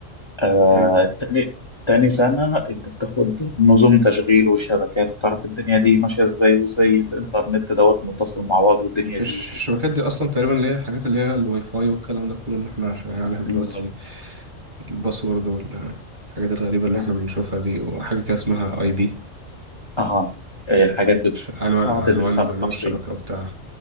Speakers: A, on the left; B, on the right.
A: آه،
B: ايوه
A: تاني تاني سنة أنت بتاخد نظم تشغيل وشبكات بتعرف الدنيا دي ماشية إزاي وإزاي الإنترنت دوت متصل مع بعض والدنيا
B: الش-
A: دي
B: الش- الشبكات دي اصلا تقريبا اللي هي الحاجات اللي هي الواي فاي والكلام ده كله اللي احنا شغالين عليها دلوقتي
A: بالظبط
B: الباسورد والحاجات الغريبه اللي
A: بز-
B: احنا بنشوفها دي وحاجه كده اسمها اي بي
A: أها آه، الحاجات دي كلها
B: عنوان عنوان
A: هتدرسها بالتفصيل
B: عنوان الشبكه وبتاع